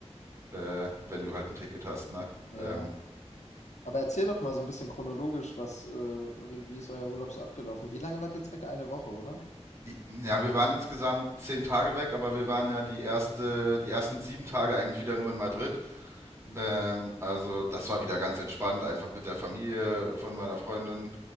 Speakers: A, on the right (about 25°); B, on the left (about 80°).
A: äh, wenn du halt ein Ticket hast, ne?
B: Ja.
A: Ähm,
B: Aber erzähl doch mal so ein bisschen chronologisch, was, äh, wie, wie ist euer Urlaub so abgelaufen? Wie lange wart ihr jetzt weg? Eine Woche, oder?
A: Ja, wir waren insgesamt zehn Tage weg, aber wir waren ja die erste, die ersten sieben Tage eigentlich wieder nur in Madrid.
B: Hm.
A: Ähm, also das war wieder ganz entspannt, einfach mit der Familie von meiner Freundin